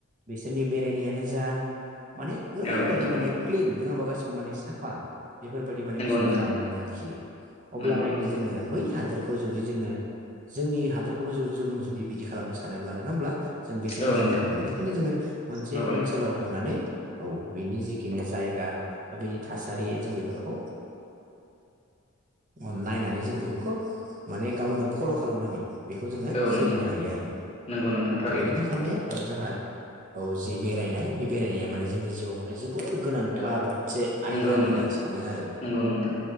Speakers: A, on the right; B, on the left.
A: बिसोरनि बेरायनायानो जा माने ओरैबायदि
B: औ नोंथां
A: माने
B: नंगौ
A: क्लिन नोङा ओमबा गास माने साफा बेफोरबायदि माने
B: नंगौ
A: बिसोर
B: नोंथां
A: खालामनानै लाखियो अब्ला
B: नंगौ
A: नायदो
B: नंगौ
A: जोङो बै हादोरखौ जुदि जोङो जोंनि हादोरखौबो जु जों जुदि बिदि खालामनो सानोब्ला नङा होमब्ला जों बेसे
B: औ
A: मोजां
B: नोंथां
A: जागोन बेनिखायनो जोङो मोनसे
B: औ
A: ओनसोलाव
B: नोंथां
A: थांनानै औ बिनि जिखिनि जायगा बा बिनि थासारि जों बेफोरखौ ओ नायनानै जों बेफोरखौ माने गावनो फल' खालामनानै बेखौ जोङो
B: औ
A: सोलिनो
B: नोंथां
A: हायो आरो
B: नंगौ नोंथां थारैनो
A: बेनि थाखायनो ओ जोंहा औ जि बेरायनाय बे बेरायनाया माने जोंनि जिउआव माने जोबोर गोनांथार
B: औ
A: मोनसे आयदा
B: नंगौ
A: होननानै
B: नोंथां
A: आं सानो आरो
B: नंगौ नोंथां